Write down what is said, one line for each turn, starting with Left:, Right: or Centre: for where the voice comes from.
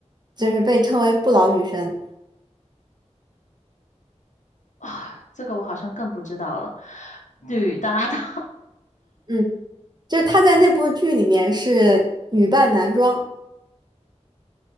Right: 就是被称为不老女神。
Left: 啊，这个我好像更不知道了。女搭档，
Right: 嗯。就是他在那部剧里面是女扮男装，